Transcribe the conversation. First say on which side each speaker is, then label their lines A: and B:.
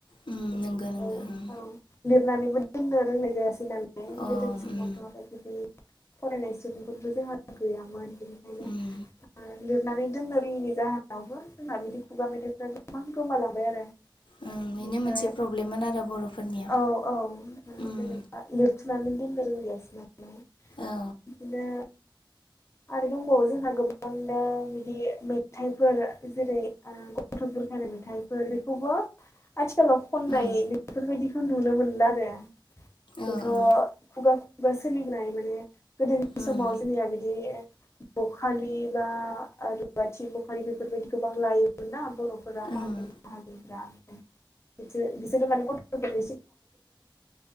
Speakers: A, on the left (about 70°); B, on the left (about 30°).
A: उम
B: बेनिफ्राय
A: नोंगो नोंगो उम
B: औ लिरनानैबो दोननो रोंनाय जायासै नालाय।
A: अ
B: गोदोनि समावथ'
A: उम
B: बिदि फरायनाय सुबुंफोरबो जोंहा गैयामोन। बेनिखायनो
A: उम
B: लिरनानै दोननो रोङैनि जाहोन आवबो जोंना बिदि खुगा मेथाइफ्रा गोबां गोमालांबाय आरो।
A: ओं बेनो
B: बेनिफ्राय
A: मोनसे प्रब्लेममोन आरो। बर'फोरनिया
B: औ औ
A: उम
B: जेनेबा लिरथुमनानै दोननो रोंदियासै नालाय।
A: औ
B: बिदिनो आरो दंबावो जोंहा गोबांनो बिदि मेथाइ फोर। जेरै ओ गथ' बुरखायनाय मेथाइफोर बेखौबो आथिखालाव खननाय
A: उम
B: बेफोरबायदिखौ नुनो मोनला आरो।
A: औ ओं
B: बेथ' खुगा खुगा सोलिबोनाय माने गोदोनि
A: उम
B: समाव जोंनिया बिदि बखालि बा रुवाथि बे फोरबायदि बेफोरबायदिखौ गोबां लायोमोन ना बर'फोरा
A: ओं
B: माहाजोन माहाजोनफोरा‌। बिसोर बिसोरो माने गथ' <unintelligible>